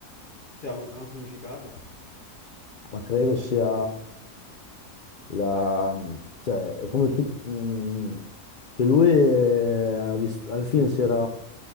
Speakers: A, on the left; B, on the left.
A: Se ha un, ha un significato?
B: ma credo sia la, cioè, è come tu, mh, che lui eh, ha vis- alla fine si era,